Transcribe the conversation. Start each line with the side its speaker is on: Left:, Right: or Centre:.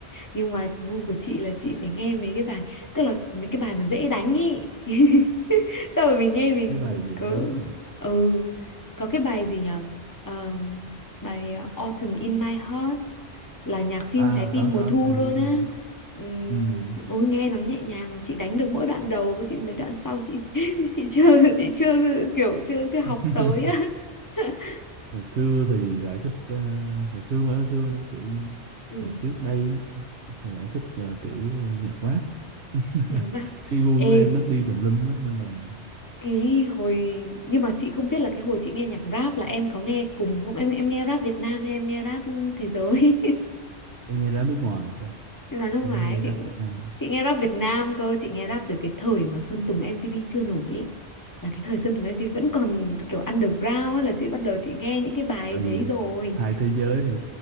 Left: Nhưng mà gu của chị là chị phải nghe mấy cái bài Tức là mấy cái bài mà dễ đánh ý <laughs> Sao rồi mình nghe mình
Right: mấy bài dễ
Left: cứ
Right: đánh hả
Left: Ừ Có cái bài gì nhở Ờm, Bài uh, Autumn in My Heart Là nhạc phim
Right: à
Left: Trái tim
Right: có có
Left: mùa thu
Right: em
Left: luôn
Right: biết
Left: á
Right: em biết
Left: Ừm,
Right: Ừm.
Left: Ôi nghe nó nhẹ nhàng Mà chị đánh được mỗi đoạn đầu Chị mấy đoạn sau chị <laughs> chị chưa Chị chưa kiểu chưa chưa học
Right: <laughs>
Left: tới á <laughs>
Right: hồi xưa thì lại thích ờ, hồi xưa mới hồi xưa nữa kiểu như
Left: Ừ,
Right: hồi trước đây á, thì lại thích là kiểu ờ, nhạc rap <laughs>
Left: nhạc rap
Right: cái gu
Left: Ê
Right: của em nó đi tùm lum hết nên là
Left: cái hồi nhưng mà chị không biết là cái hồi chị nghe nhạc rap là em có nghe cùng không em em nghe rap Việt Nam hay em nghe rap thế giới
Right: em nghe rap nước ngoài cơ
Left: <laughs> là nước ngoài
Right: không có nghe
Left: ấy, chị
Right: rap Việt Nam
Left: chị nghe rap Việt Nam cơ chị nghe rap từ cái thời mà Sơn Tùng MTP chưa nổi ý. là cái thời Sơn Tùng MTP vẫn còn kiểu underground ấy, là chị bắt đầu chị nghe những cái bài
Right: Bởi
Left: đấy
Right: vì
Left: rồi
Right: hai thế giới à.